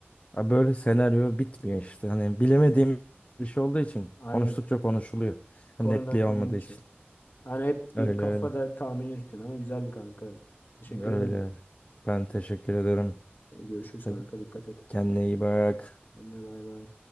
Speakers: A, on the left; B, on the left.
A: Ya böyle senaryo bitmiyor işte. Hani bilemediğim bir şey olduğu için
B: Aynen.
A: konuştukça konuşuluyor.
B: Konudan
A: Yani netliği
B: konuya
A: olmadığı
B: uçuyor.
A: için.
B: Hani hep
A: Öyle
B: bir kafada
A: öyle.
B: tahmin yürütün ama güzeldi kanka. Teşekkür
A: Öyle
B: ederim.
A: öyle. Ben teşekkür ederim.
B: Görüşürüz
A: Hadi
B: kanka. Dikkat et.
A: Kendine iyi bak.
B: Ben de bay bay.